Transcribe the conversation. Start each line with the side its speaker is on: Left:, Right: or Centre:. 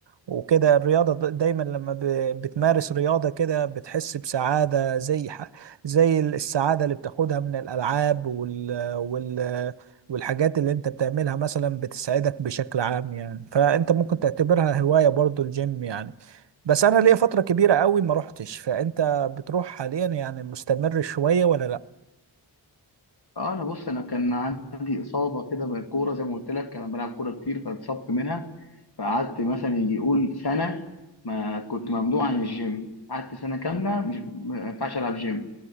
Right: وكده الرياضة د- دايما لما ب- بتمارس رياضة كده بتحس بسعادة زي ح- زي السعادة اللي بتاخدها من الألعاب وال... والحاجات اللي انت بتعملها مثلا بتسعدك بشكل عام يعني فانت ممكن تعتبرها هواية برضو الجيم يعني بس انا ليا فترة كبيرة قوي ما روحتش فانت بتروح حاليا يعني مستمر شوية ولا لا
Left: اه انا بص انا كان عندي اصابه كده بالكوره زي ما قلت لك انا بلعب كوره كتير فاتصبت منها فقعدت مثلا يجي يقول سنه ما كنت ممنوع عن الجيم قعدت سنه كامله مش ما ينفعش العب جيم